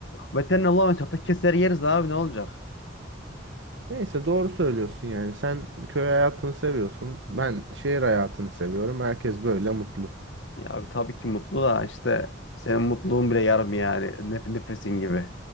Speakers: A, on the left; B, on the right.
A: Veteriner bulamayız. Hatta keser yeriz abi ne olacak?
B: Neyse doğru söylüyorsun yani sen köy hayatını seviyorsun. Ben şehir hayatını seviyorum. Herkes böyle mutlu.
A: Ya abi tabii ki mutlu da işte senin mutluluğun bile yarım yani nef- nefesin gibi.